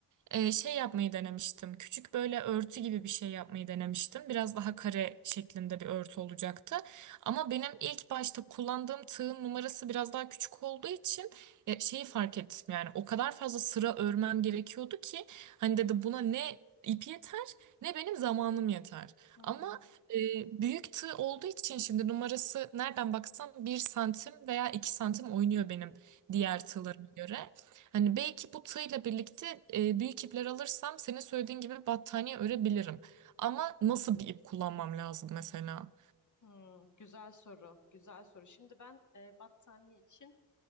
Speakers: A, on the right (about 45°); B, on the left (about 40°).
A: e, şey yapmayı denemiştim. Küçük böyle örtü gibi bir şey yapmayı denemiştim. Biraz daha kare şeklinde bir örtü olacaktı. Ama benim ilk başta kullandığım tığın numarası biraz daha küçük olduğu için e, şeyi fark ettim. Yani o kadar fazla sıra örmem gerekiyordu ki hani dedi buna ne ip yeter ne benim zamanım yeter.
B: Hmm,
A: Ama e, büyük tığ olduğu için şimdi numarası nereden baksan bir santim veya 2 santim oynuyor benim
B: hmm,
A: diğer tığlarıma göre. Hani belki bu tığla birlikte e, büyük ipler alırsam senin söylediğin gibi battaniye örebilirim. Ama nasıl bir ip kullanmam lazım mesela?
B: hmm. Güzel soru, güzel soru. Şimdi ben e, battaniye için